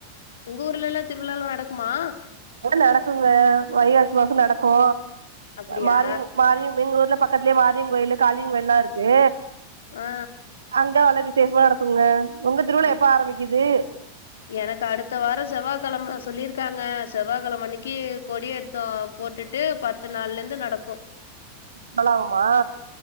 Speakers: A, on the left; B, on the right.
A: உங்க ஊர்லில்லா திருவிழால லா நடக்குமா
B: ஆ நடக்குங்க வைகாசி மாசோ நடக்கு
A: அப்டியா
B: மாறிங் மாறியு எங்க ஊர்ல பக்கத்துலே மாரிங் கோயிலு காலியுங் கோயில் லா இருக்கு
A: ஆ
B: அங்க வல விசேஷமா நடக்குங்கா உங்க திருவிழா
A: அப்
B: எப்போ ஆரம்பிக்கிது
A: எனக்கு அடுத்த வாரோ செவ்வாகழம சொல்லியிருக்காங்க செவ்வாகழம அன்னிக்கு கொடியேத்தோ போட்டுட்டு பத்து நாள்ளருந்து நடக்கு
B: பலாவுமா